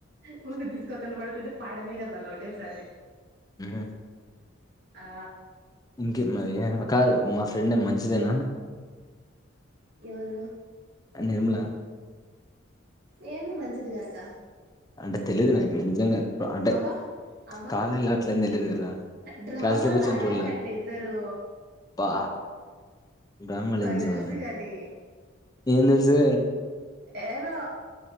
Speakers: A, on the right; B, on the left.
A: మకు దుష్కకంట పడుతుంటే పాడ మీరే మళ్ళా ఒకటేసారి
B: ఉహు
A: ఆ
B: ఇంకే మరి కాదు మా ఫ్రెండ్ మంచిదేనా
A: ఎవరు
B: నిర్మూల
A: ఏమి మంచిది కాక
B: అంటే తెలిదు నాకు నిజంగా అంటే
A: అబ్బా అబ్బా
B: కాలేజలో అట్లం తెలియదు కదా
A: డ్రామాలు
B: క్లాస్లకి వచ్చిమీ
A: ఆడాకండి
B: చూడలే
A: ఇద్దరు
B: బా బ్రామలింసా
A: నాకు తెలుసు కాని
B: ఏం తెలుసు
A: ఏదో